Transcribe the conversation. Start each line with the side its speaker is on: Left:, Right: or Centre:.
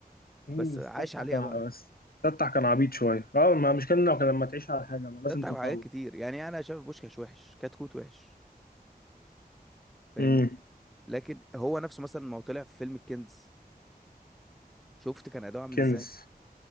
Centre: بس
Left: امم بس
Centre: عاش
Left: تفتح
Centre: عليها
Left: كان ع-
Centre: بقى
Left: بس تفتح كان عبيط شوية اه ما مش كان لما تعيش على حاجة ما لازم
Centre: ده بتاع
Left: تتطور
Centre: حاجات كتير يعني أنا شايف بوشكاش وحش كتكوت وحش فاهمني
Left: امم
Centre: لكن هو نفسه مثلا ما هو طلع في فيلم الكنز شفت كان أداؤه عامل
Left: كنز
Centre: إزاي